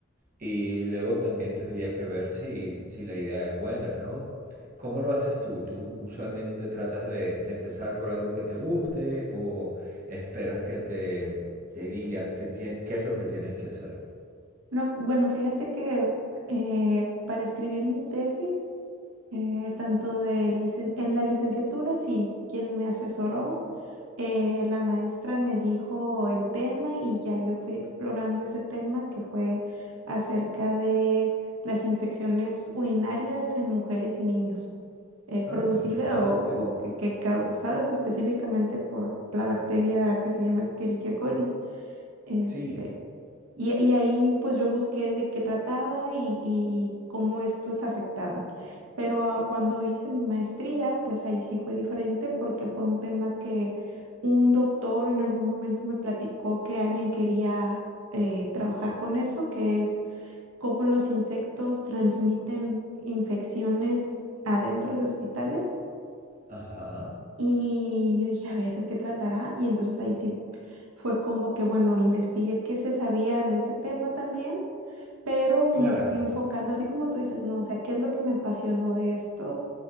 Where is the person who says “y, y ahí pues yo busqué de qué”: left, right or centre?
Right